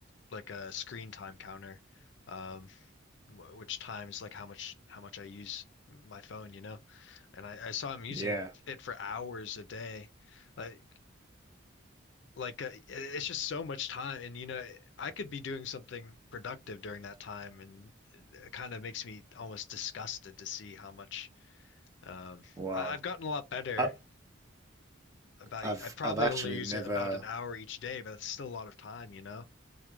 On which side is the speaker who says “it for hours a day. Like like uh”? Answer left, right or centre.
Left